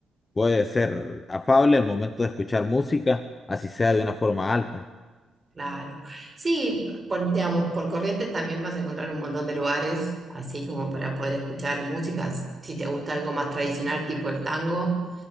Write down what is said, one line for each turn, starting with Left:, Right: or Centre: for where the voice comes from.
Left: Puede ser afable al momento de escuchar música, así sea de una forma alta.
Right: Claro. Sí, por, digamos, por Corrientes también vas a encontrar un montón de lugares, así como para poder escuchar música. Si si te gusta algo más tradicional, tipo el tango,